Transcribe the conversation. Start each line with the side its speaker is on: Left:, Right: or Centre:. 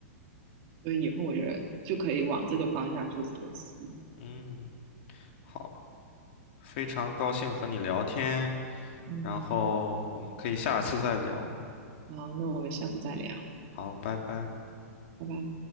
Right: 所以以后我觉得就可以往这个方向去学习。
Left: 嗯，好，非常高兴和你聊天，
Right: 嗯，
Left: 然后我们可以下一次再聊。
Right: 好，那我们下次再聊。
Left: 好，拜拜。
Right: 拜拜。